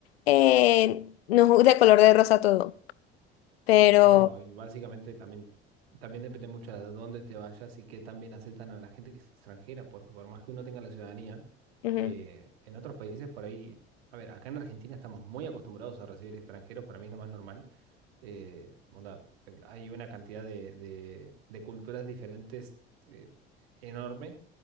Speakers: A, on the left; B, on the right.
A: eh, no es de color de rosa todo, pero...
B: No, y básicamente también, también depende mucho de dónde te vayas y qué también aceptan a la gente extranjera, porque por más que uno tenga la ciudadanía,
A: Ujú.
B: eh, en otros países por ahí, a ver, acá en Argentina estamos muy acostumbrados a recibir extranjeros, para mí es lo más normal. eh, onda, el- hay una cantidad de, de- de culturas diferentes eh, enorme